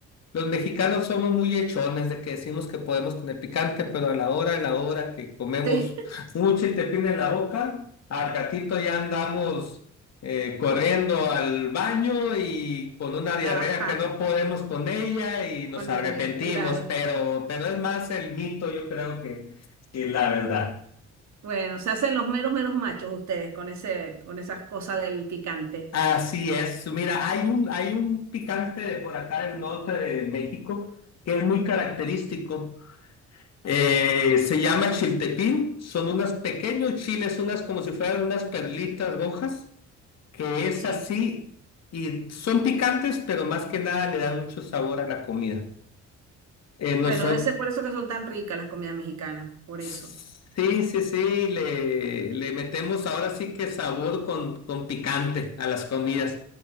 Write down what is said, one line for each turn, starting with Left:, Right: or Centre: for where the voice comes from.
Left: Los mexicanos somos muy hechones de que decimos que podemos con el picante, pero a la hora, a la hora que comemos
Right: Sí,
Left: <laughs> mucho y te en la boca, al gatito ya andamos eh, corriendo al baño y con una diarrea
Right: ajá,
Left: que no podemos con ella y
Right: bueno,
Left: nos arrepentimos,
Right: eh, claro.
Left: pero, pero es más el mito, yo creo que, que la verdad.
Right: Bueno, se hacen los meros, meros machos ustedes con ese, con esas cosas del picante.
Left: Así es. Mira, hay un, hay un picante de por acá del norte de México que es muy característico Eh, se llama chiltepín, son unos pequeños chiles, unas como si fueran unas perlitas rojas, que es
Right: Sí.
Left: así y son picantes, pero más que nada le dan mucho sabor a la comida. Eh, nosotros,
Right: Bueno, debe ser por eso que son tan ricas las comidas mexicanas, por
Left: sí,
Right: eso. <laughs>
Left: sí, sí, le, le metemos ahora sí que sabor con, con picante a las comidas.